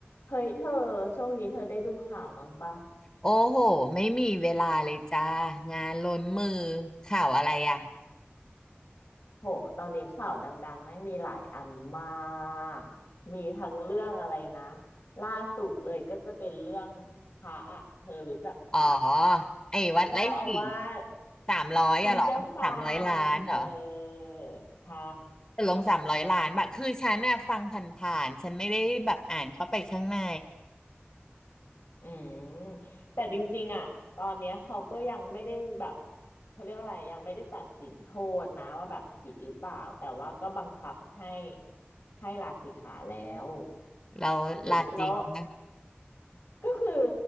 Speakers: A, on the left (about 90°); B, on the left (about 30°).
A: เฮ้ยเธอช่วงนี้เธอได้ดูข่าวบ้างปะ
B: โอ้โหไม่มีเวลาเลยจ้างานล้นมือข่าวอะไรอ่ะ
A: โหตอนนี้ข่าวดังๆแม่งมีหลายอันมากมีทั้งเรื่องอะไรนะล่าสุดเลยก็จะเป็นเรื่องพระอะเธอรู้จักพระ
B: อ๋อไอ้วัดไร่ขิง
A: เจ้าอาวาส
B: สามร้อยอะเหรอสามร้อยล้านเหรอ
A: จิงเจ้าฟาร์มเออใช่
B: ตกลงสามร้อยล้านแบบคือฉันน่ะฟังผ่านๆฉันไม่ได้แบบอ่านเข้าไปข้างใน
A: อืมแต่จริงๆอ่ะตอนเนี้ยเขาก็ยังไม่ได้แบบเขาเรียกว่าอะไรยังไม่ได้ตัดสินโทษนะว่าแบบผิดหรือเปล่าแต่ว่าก็บังคับให้ให้ลาสิกขาแล้ว
B: แล้วลาจริงนะ
A: ที่แล้ว ก็คือ